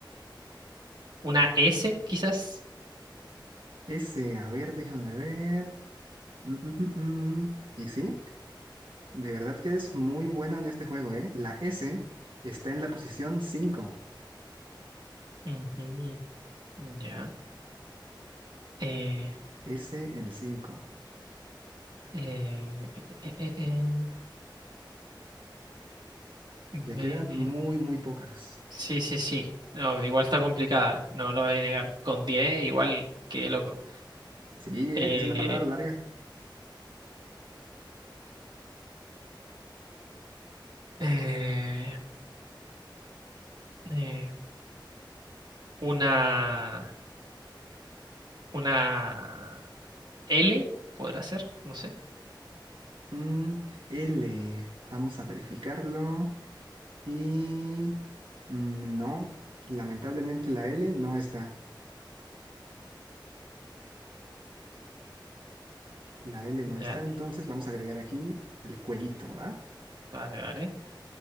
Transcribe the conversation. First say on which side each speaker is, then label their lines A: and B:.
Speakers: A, on the right (about 60°); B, on the right (about 80°).
A: una S, quizás.
B: S, a ver, déjame ver. Mm, mm, mm, mm. Y sí, de verdad que es muy bueno en este juego, ¿eh? La S está en la posición 5.
A: Ujú, ya. Eh,
B: S en 5.
A: eh, eh, eh, eh, me-
B: Ya quedan muy,
A: eh,
B: muy pocas.
A: Sí, sí, sí. No, igual está complicada. No lo voy a negar. Con diez igual, qué loco.
B: Sí,
A: Eh,
B: ¿eh? es una palabra larga.
A: eh, eh, una, una L, podrá ser. No sé.
B: Mm, L, vamos a verificarlo. Y mm, no, lamentablemente la L no está. La L no
A: Ya,
B: está, entonces vamos a agregar aquí el cuellito, ¿va?
A: vale, vale.